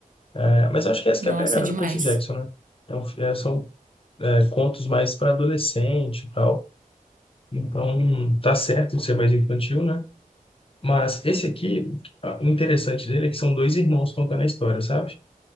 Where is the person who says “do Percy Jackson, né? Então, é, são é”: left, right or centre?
Left